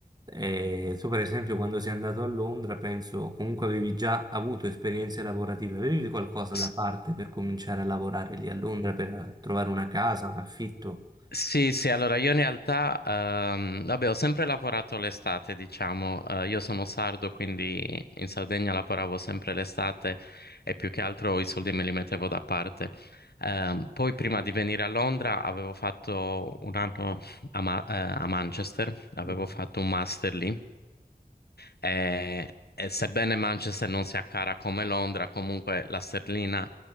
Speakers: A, on the right; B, on the left.
A: eh, tu per esempio quando sei andato a Londra, penso comunque avevi già avuto esperienze lavorative, avevi qualcosa da
B: S-
A: parte per cominciare a lavorare lì a Londra per trovare una casa, un affitto?
B: Sì, sì, allora io in realtà, ehm, vabbè, ho sempre lavorato l'estate, diciamo, Eh, io sono sardo, quindi in Sardegna lavoravo sempre l'estate e più che altro i soldi me li mettevo da parte. Ehm, poi prima di venire a Londra avevo fatto un anno a, Ma- eh, a Manchester, avevo
A: Mm.
B: fatto un master lì e, e sebbene Manchester non sia cara come Londra, comunque la sterlina,